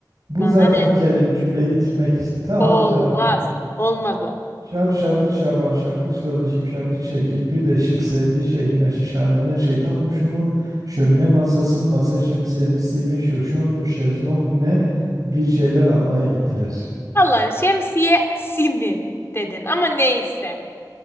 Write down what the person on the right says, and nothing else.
Bu
zaten
ke- cümleyi bitirmek için. Tamam
hadi bir daha okuyorum.
Şavşatlı Şaban şarkışlalı şipşakçı Şekip bir de şıp sevdi şehime şişhaneden şeytan kuşu mu şömine masası mı masa şemsiyesi mi şoşon mu şezlong mu ne bir şeyler almaya gittiler.